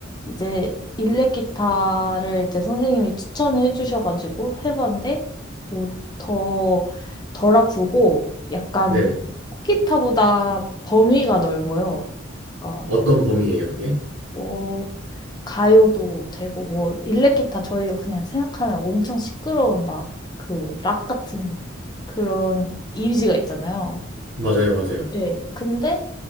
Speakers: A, on the left; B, on the right.
A: 이제 일렉 기타를 이제 선생님이 추천해 주셔가지고 해봤는데 뭐 더 덜 아프고 약간
B: 네네.
A: 기타보다 범위가 넓어요. 그러니까
B: 어떤 범위예요, 그게?
A: 어, 가요도 되고 뭐 일렉기타 저희가 그냥 생각하면 엄청 시끄러운 막 그 락 같은 그런 이미지가 있잖아요.
B: 맞아요, 맞아요.
A: 예. 근데